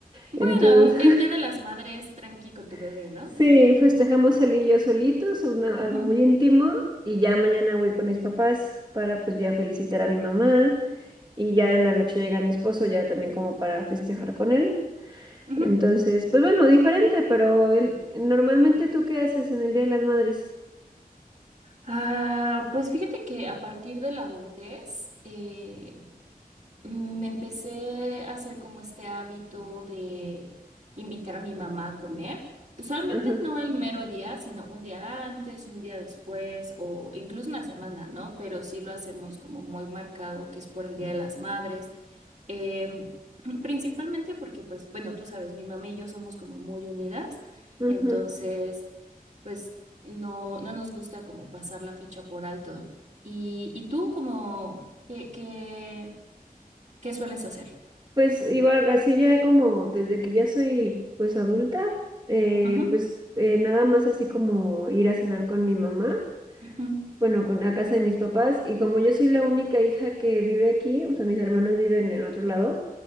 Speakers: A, on the right; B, on the right.
A: Bueno,
B: entonces
A: en Día de las Madres, tranqui con tu bebé,
B: <laughs>
A: ¿no?
B: sí, festejamos él y yo solitos, una-
A: Ujú.
B: algo muy íntimo, y ya mañana voy con mis papás para pues ya felicitar a mi mamá, y ya en la noche llega mi esposo, ya también como para festejar con él.
A: Ujú.
B: Entonces, pues bueno, diferente, pero el- normalmente tú qué haces en el Día de las Madres?
A: Ah, pues fíjate que a partir de la adultez eh, me empecé a hacer como este hábito de invitar a mi mamá a comer. Usualmente
B: Ajá.
A: no el mero día, sino un día antes, un día después o incluso una semana, ¿no? Pero sí lo hacemos como muy marcado, que es por el Día de las Madres. Eh, <clears throat> principalmente porque, pues, bueno, tú sabes, mi mamá y yo somos como muy unidas,
B: ujú.
A: entonces, pues, no, no nos gusta como pasar la fecha por alto. ¿Y, y tú como, qué, qué, qué sueles hacer?
B: Pues igual, así ya como desde que ya soy pues adulta, eh,
A: Ujú,
B: pues eh, nada más así como ir a cenar con mi mamá,
A: ujú,
B: bueno, con la casa de mis papás, y como yo soy la única hija que vive aquí, o sea, mis hermanos viven en otro lado,